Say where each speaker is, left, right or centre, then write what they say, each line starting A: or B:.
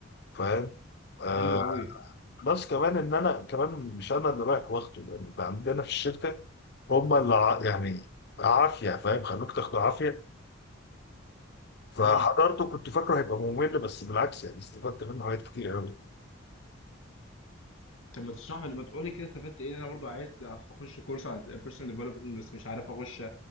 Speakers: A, on the left (about 50°); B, on the left (about 75°).
A: فاهم؟ آه
B: حلو قوي
A: بلس كمان ان انا كمان مش انا اللي رايح واخده لان اللي عندنا في الشركه هم اللي ع- يعني عافيه فاهم خلوك تاخده عافيه فحضرته
B: امم
A: كنت فاكره هيبقى ممل بس بالعكس يعني استفدت منه حاجات كتير قوي
B: طب ما تشرح لي ما تقول لي كده استفدت ايه انا برضو عايز اخش كورس عن البيرسونال ديفلوبمنت بس مش عارف اخش